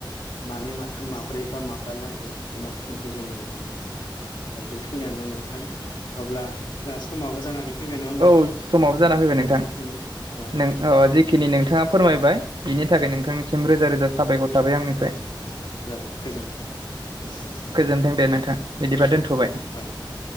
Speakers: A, on the left; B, on the right.
A: मानै माथाम माब्रै बा माबा लागै अमा फिसिनायखौ जों नुनो मोनो दा बे खिनियानो नोंथां अब्ला जोंहा समाबो जानानै फैबाय नङा होमबा
B: औ
A: नोंथां
B: समाबो जाना फैबाय
A: दा
B: नोंथां
A: जेखिनि औ
B: नों अ जिखिनि नोंथाङा फोरमायबाय बिनि थाखाय नोंथांनिसिम
A: औ
B: रोजा रोजा साबायखर थाबाय आंनिफ्राय
A: जाबाय गोजोन्थों नोंथांनिसिम
B: गोजोनथों दे नोंथां बिदिबा दोनथ'बाय
A: औ औ